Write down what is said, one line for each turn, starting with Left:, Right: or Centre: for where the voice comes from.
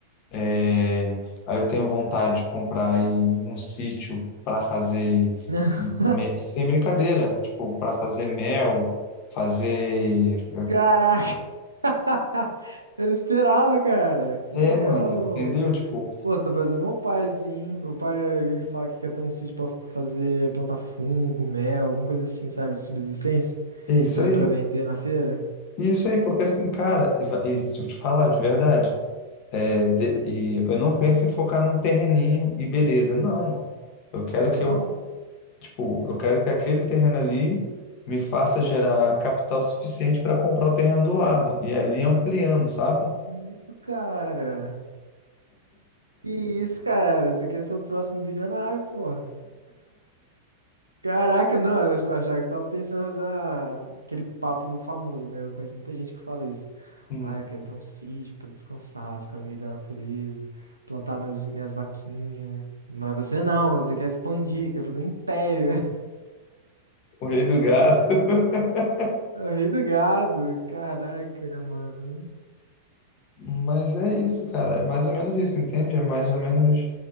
Left: é, aí eu tenho vontade de comprar aí um sítio para fazer,
Right: <laughs>
Left: me- sem brincadeira, tipo, para fazer mel, fazer.
Right: Caraca! <laughs> Eu não esperava, cara. Que
Left: É,
Right: legal.
Left: mano, entendeu? Tipo,
Right: Pô, você tá parecendo meu pai, assim. hein? Meu pai, ele fala que quer ter um sítio pra fazer, plantar fungo, mel, alguma coisa assim, sabe? De subsistência.
Left: é isso
Right: E também
Left: aí.
Right: pra vender na feira.
Left: Isso aí, porque assim, cara, e va- e se eu te falar de verdade. É, de- e eu não penso em focar num terreninho e beleza, não. Eu quero
Right: Terrenão?
Left: que eu, tipo, eu quero que aquele terreno ali me faça gerar capital suficiente para comprar o terreno do lado e ali ampliando, sabe?
Right: Isso, cara. Que isso, cara. Você quer ser o próximo bilionário, pô. Caraca, não, eu ach- achava que você tava pensando em fazer aquele papo famoso, né? Eu conheço muita gente que fala isso.
Left: Hum,
Right: Ah, eu quero ter um sítio pra descansar, ficar no meio da natureza, plantar meus, minhas vaquinhas. Mas você não, você quer expandir, quer fazer um império. <laughs>
Left: o rei do gato. <laughs>
Right: É o rei do gado. Caraca, mano.
Left: Mas é isso, cara. É mais ou menos isso, entende? É mais ou menos